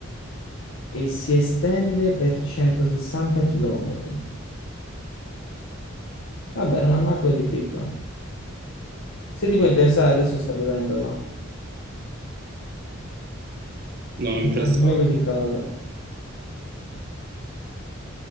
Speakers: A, on the left (about 80°); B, on the right (about 50°).
A: e si estende per 160 km. Vabbè, non è mai così piccola. Se ti può interessare, adesso sta piovendo là.
B: No, non
A: E
B: mi
A: non
B: interessava.
A: fa nemmeno così caldo.